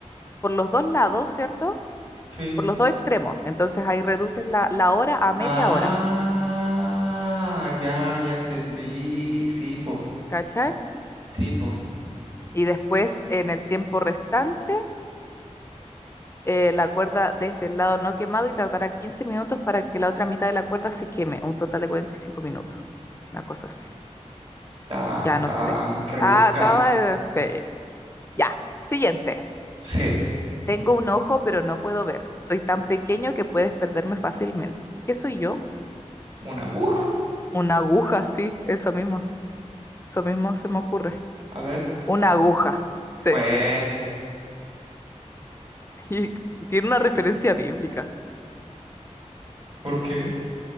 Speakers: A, on the left (about 20°); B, on the right (about 55°).
A: por los dos lados, ¿cierto?
B: <laughs>
A: Por
B: sí.
A: los dos extremos. Entonces ahí reduces la, la hora a media
B: Ah,
A: hora,
B: ya, ya entendí. Sí, po.
A: ¿cachai?
B: Sí, po.
A: Y después, en el tiempo restante, eh, la cuerda desde el lado no quemado y tardará 15 minutos para que la otra mitad de la cuerda se queme, un total de 45 minutos. Una cosa así.
B: Ta,
A: Ya no
B: ta,
A: sé.
B: rebusca.
A: Ah, estaba,
B: <laughs>
A: sí. Ya. Siguiente.
B: Sí.
A: Tengo un ojo, pero no puedo ver. Soy tan pequeño que puedes perderme fácilmente. ¿Qué soy yo?
B: ¿Una aguja?
A: Una aguja, sí, eso mismo. Eso mismo se me ocurre.
B: A ver.
A: Una aguja, sí.
B: Buena.
A: <laughs> Y tiene una referencia bíblica.
B: ¿Por qué?